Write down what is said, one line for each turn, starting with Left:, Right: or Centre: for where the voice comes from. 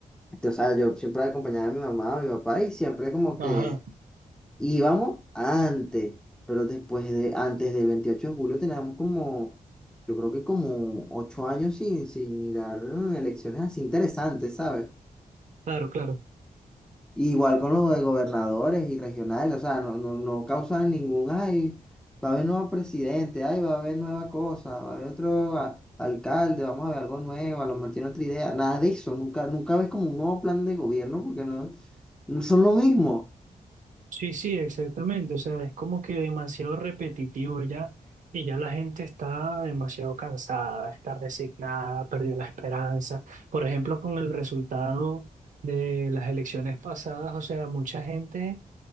Centre: O sea, yo siempre acompañaba a mi mamá, a mi papá y siempre como que
Right: Ajá,
Centre: íbamos antes, pero después de, antes del 28 de julio teníamos como, yo creo que como ocho años sin, sin mirar mm, elecciones así interesantes, ¿sabes?
Right: claro, claro.
Centre: Igual con los de gobernadores y regionales, o sea, no, no, no causan ningún, ay, va a haber nuevo presidente, ay, va a haber nueva cosa, va a haber otro a- alcalde, vamos a ver algo nuevo, a lo mejor tiene otra idea, nada de eso, nunca, nunca ves como un nuevo plan de gobierno porque no. No Son lo mismo.
Right: Sí, sí, exactamente. O sea, es como que demasiado repetitivo ya y ya la gente está demasiado cansada, está resignada, perdió la esperanza. Por ejemplo, con el resultado de las elecciones pasadas, o sea, mucha gente